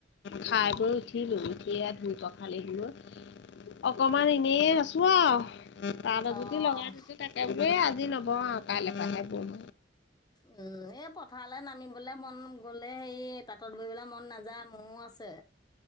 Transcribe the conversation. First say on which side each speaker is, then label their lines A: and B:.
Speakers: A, on the left (about 65°); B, on the left (about 20°).
A: খাই গৈ উঠিলো, উঠি আ ধুই পখালি দিলো অকমান এনে আছো আউ তাত এযুটি
B: অঁ
A: লগাই থৈছো তাক তাকে বোলো আজি নবও আও কাইলে পাহে বম
B: উম, এই পথাৰলে নামিবলে মন গলে হেৰি তাঁতত বহিবলে মন নাযায়। মৌ, আছে।